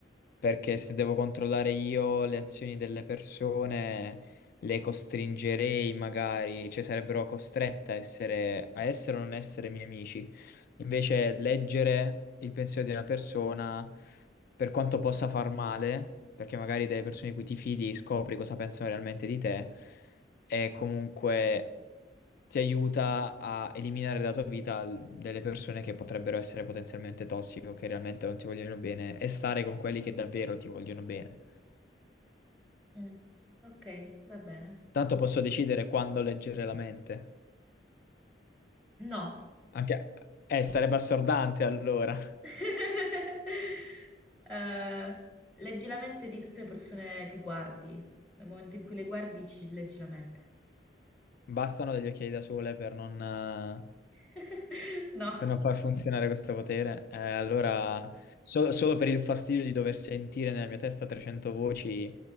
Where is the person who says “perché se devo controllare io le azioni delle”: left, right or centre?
Left